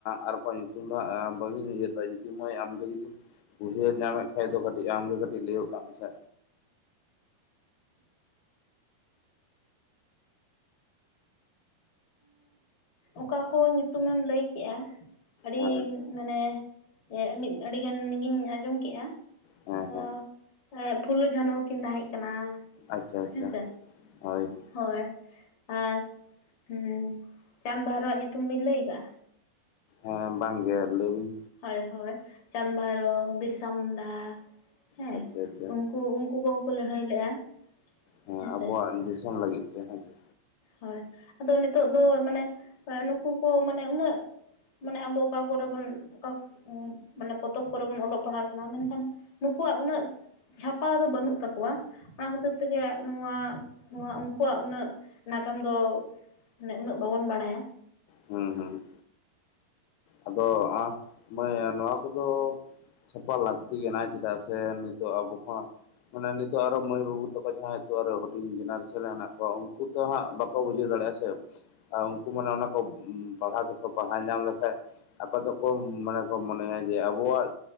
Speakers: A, on the left; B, on the left.
A: ᱟᱨᱚᱣᱟᱜ ᱧᱩᱛᱩᱢ ᱫᱚ ᱦᱟᱸᱜ ᱵᱟᱝᱤᱧ ᱩᱭᱦᱟ. ᱨᱫᱟ ᱡᱩᱫᱤ ᱢᱟ. ᱭ ᱟᱢᱜᱮ ᱡᱩᱫᱤᱢ ᱩᱭᱦᱟᱹᱨ ᱧᱟᱢᱮᱫ ᱠᱷᱟᱱ ᱫᱚ ᱠᱟᱹᱴᱤᱡ ᱟᱢᱜᱮ ᱠᱟᱹᱴᱤᱡ ᱞᱟᱹᱭ ᱚᱜᱠᱟᱜ ᱢᱮᱥᱮ
B: ᱚᱠᱟᱠᱚ ᱧᱩᱛᱩᱢᱮᱢ ᱞᱟᱹᱭᱠᱮᱜᱼᱟ ᱟᱹᱰᱤ
A: ᱦᱮᱸ
B: ᱢᱟᱱᱮ ᱢᱤᱫ ᱟᱹᱰᱤᱜᱟᱜᱤᱧ ᱟᱸᱡᱚᱢ ᱠᱮᱜᱼᱟ
A: ᱦᱮᱸ
B: ᱛᱚ
A: ᱦᱮᱸ
B: ᱮᱸᱜ ᱯᱷᱩᱞᱚ ᱡᱷᱟᱱᱚ ᱦᱚᱸᱠᱤᱱ ᱛᱟᱸᱦᱮᱜ ᱠᱟᱱᱟ
A: ᱟᱪᱪᱷᱟ ᱟᱪᱪᱷᱟ
B: ᱦᱮᱸᱥᱮ
A: ᱦᱳᱭ
B: ᱦᱳᱭ ᱟᱨ ᱦᱩᱸ ᱪᱟᱸᱫᱽ ᱵᱷᱟᱭᱨᱚ ᱟᱜ ᱧᱩᱛᱩᱢ ᱵᱤᱱ ᱞᱟᱹᱭ ᱠᱟᱜ-ᱟ?
A: ᱚᱸᱭᱮ ᱵᱟᱝ ᱜᱮ ᱞᱮᱭᱵᱤᱱ
B: ᱦᱳᱭ ᱦᱳᱭ ᱪᱟᱸᱫᱽ, ᱵᱷᱟᱭᱨᱳᱵᱽ, ᱵᱤᱨᱥᱟ ᱢᱩᱱᱰᱟ ᱦᱮᱸ
A: ᱟᱪᱪᱷᱟ ᱟᱪᱪᱷᱟ
B: ᱩᱱᱠᱩᱩ ᱩ ᱩᱝᱠᱩ ᱠᱚᱦᱚᱸ ᱠᱚ ᱞᱟᱹᱲᱦᱟᱹᱭ ᱞᱮᱜᱼᱟ
A: ᱦᱮᱸ
B: ᱦᱮᱸᱥᱮ
A: ᱟᱵᱚᱣᱟᱜ ᱫᱤᱥᱚᱢ ᱞᱟᱹᱜᱤᱫ ᱛᱮ ᱦᱮᱸ ᱥᱮ?
B: ᱦᱳᱭ ᱟᱫᱚ ᱱᱤᱛᱚᱜ ᱫᱚ ᱢᱟᱱᱮ ᱱᱩᱠᱩ ᱠᱚ ᱢᱟᱱᱮ ᱩᱱᱟᱹᱜ ᱢᱟᱱᱮ ᱟᱵᱚ ᱚᱠᱟ ᱠᱚᱨᱮ ᱵᱚᱱ, ᱚᱠᱟ ᱢᱟᱱᱮ ᱯᱚᱛᱚᱵ ᱠᱚᱨᱮ ᱵᱚᱱ ᱚᱞᱚᱜ ᱯᱟᱲᱦᱟ ᱠᱟᱱᱟ ᱢᱮᱱᱠᱷᱟᱱ ᱱᱩᱠᱩᱣᱟᱜ ᱩᱱᱟᱹᱜ ᱪᱷᱟᱯᱟᱣ ᱫᱚ ᱵᱟᱹᱱᱩᱜ ᱛᱟᱠᱚᱣᱟ ᱾ᱚᱱᱟ ᱠᱷᱟᱹᱛᱤᱨ ᱛᱮᱜᱮ ᱱᱚᱣᱟ ᱱᱚᱣᱟ ᱩᱱᱠᱩᱣᱟᱜ ᱩᱱᱟᱹᱜ ᱱᱟᱜᱟᱢ ᱫᱚ ᱢᱟᱱᱮ ᱩᱱᱟᱹᱜ ᱵᱟᱵᱚᱱ ᱵᱟᱲᱟᱭᱟ᱾
A: ᱦᱩᱸ ᱦᱩᱸ ᱟᱫᱚ ᱢᱟ. ᱭ ᱱᱚᱣᱟ ᱠᱚᱫᱚ ᱪᱷᱟᱯᱟ ᱞᱟᱜ ᱛᱤ ᱠᱟᱱᱟᱭ ᱪᱮᱫᱟᱜ ᱥᱮ ᱱᱤᱛᱚᱜ ᱟᱵᱚ ᱠᱚ ᱦᱚᱸ ᱢᱟᱱᱮ ᱱᱤᱛᱚᱜ ᱟᱨᱚ ᱢᱟᱹᱭ ᱵᱟᱹᱵᱩ ᱛᱟᱠᱚ ᱡᱟᱦᱟᱸᱭ ᱠᱚ ᱟᱨᱚ ᱦᱩᱰᱤᱧ ᱡᱮᱱᱟᱨᱮᱥᱮᱱ ᱦᱮᱱᱟᱜ ᱠᱚᱣᱟ ᱩᱱᱠᱩ ᱛᱚ ᱦᱟᱸᱜ ᱵᱟᱠᱚ ᱵᱩᱡᱷᱟᱹᱣ ᱫᱟᱲᱮᱭᱟᱜᱼᱟ ᱥᱮ ᱩᱱᱠᱩ ᱢᱟᱱᱮ ᱚᱱᱟ ᱠᱚ ᱯᱟᱲᱦᱟᱣ ᱛᱮᱠᱚ ᱯᱟᱲᱦᱟᱣ ᱧᱟᱢ ᱞᱮᱠᱷᱟᱡ ᱟᱠᱚ ᱫᱚᱠᱚ ᱢᱟᱱᱮ ᱠᱚ ᱢᱚᱱᱮᱭᱟ ᱡᱮ ᱟᱵᱚᱣᱟᱜ